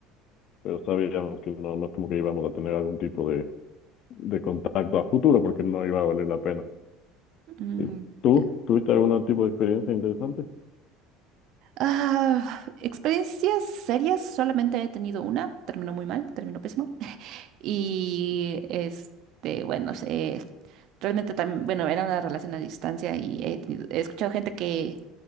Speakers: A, on the left; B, on the right.
A: pero sabíamos que no, no es como que íbamos a tener algún tipo de, de contacto a futuro porque no iba a valer la pena.
B: Mm,
A: Sí. ¿Tú
B: ya.
A: tuviste algún tipo de experiencia interesante?
B: Ah, experiencias serias, solamente he tenido una, terminó muy mal, terminó pésimo. <laughs> Y este, bueno, sé, realmente también, bueno, era una relación a distancia y he tenido- he escuchado gente que